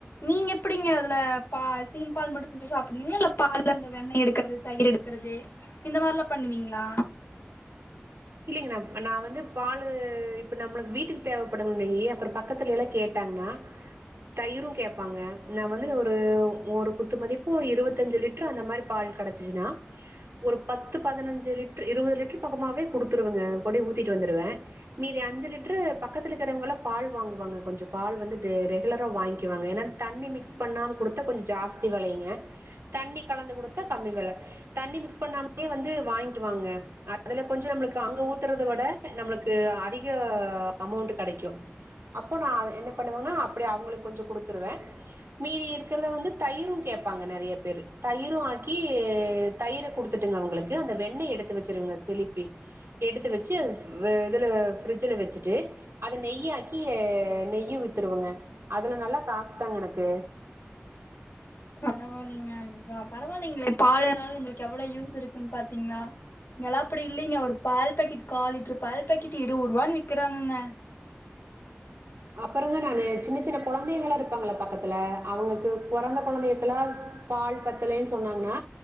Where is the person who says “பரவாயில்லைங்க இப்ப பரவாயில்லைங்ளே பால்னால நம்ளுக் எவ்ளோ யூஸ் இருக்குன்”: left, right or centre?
Left